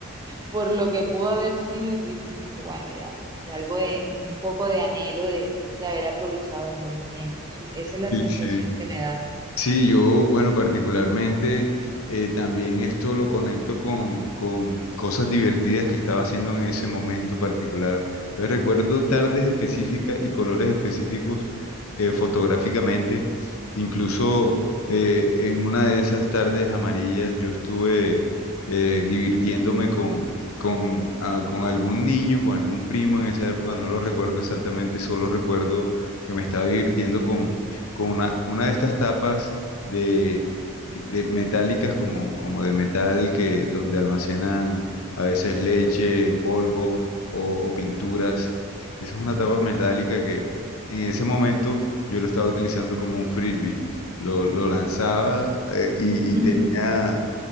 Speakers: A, on the right; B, on the left.
A: por lo que pudo haber sido y tú dices como que bueno, ya, ya algo de, un poco de anhelo de, de haber aprovechado mejor el tiempo. Sí, Esa es la
B: Sí,
A: sensación
B: sí.
A: que me da.
B: Sí, yo, bueno, particularmente eh, también esto lo conecto con, con cosas divertidas que estaba haciendo en ese momento particular. Entonces, recuerdo tardes específicas y colores específicos eh, fotográficamente. Incluso eh, en una de esas tardes amarillas yo estuve eh, divirtiéndome con, con, ah, con algún niño, con algún primo en esa época, no lo recuerdo exactamente, solo recuerdo que me estaba divirtiendo con con una, una de estas tapas de, de metálicas como, como de metal que donde almacenan a veces leche en polvo o, o pinturas.
A: Ujú.
B: Esa es una
A: Ujú,
B: tapa metálica que en ese momento yo lo estaba utilizando como un frisbee. Lo, lo lanzaba eh, y,
A: <laughs>
B: y tenía,